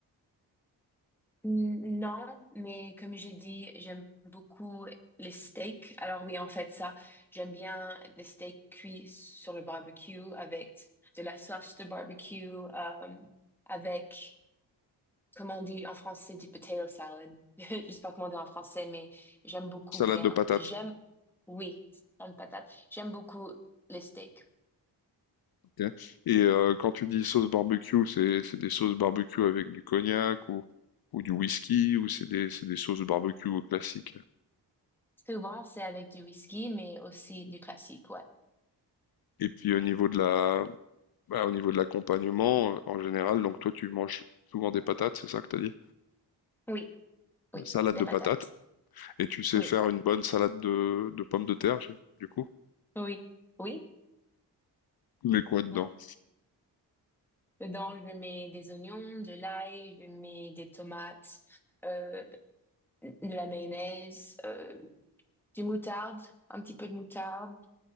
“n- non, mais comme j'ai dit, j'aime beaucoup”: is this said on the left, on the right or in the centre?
Centre